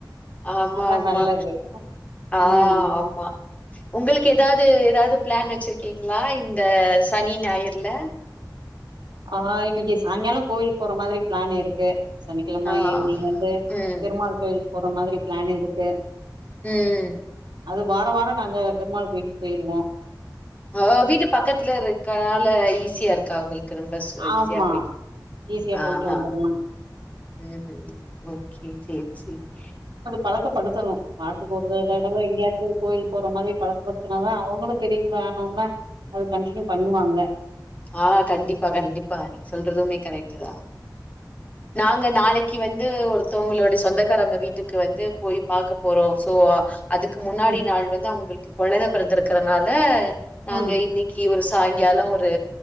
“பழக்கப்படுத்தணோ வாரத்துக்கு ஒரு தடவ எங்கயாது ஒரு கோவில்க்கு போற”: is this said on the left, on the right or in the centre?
Right